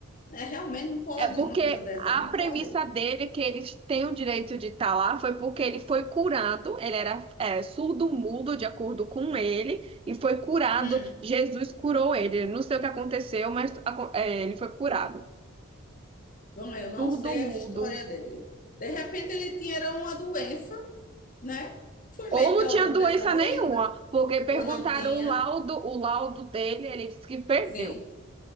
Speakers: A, on the left (about 40°); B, on the right (about 25°).
A: né, realmente não pode
B: É, é porque
A: uma coisa dessa,
B: a
A: não pode.
B: premissa dele, que eles têm o direito de estar lá, foi porque ele foi curado, ele era é, surdo-mudo, de acordo com ele, e foi curado,
A: Hum,
B: Jesus curou ele. Não sei o que aconteceu, mas aco- é, ele foi curado.
A: bom, eu não
B: Surdo-mudo.
A: sei a história dele. De repente ele tinha uma doença né? Fui
B: Ou
A: melhorando
B: não tinha doença
A: dessa doença
B: nenhuma, porque perguntaram
A: ou não tinha?
B: o laudo, o laudo dele, ele disse que perdeu.
A: Sim.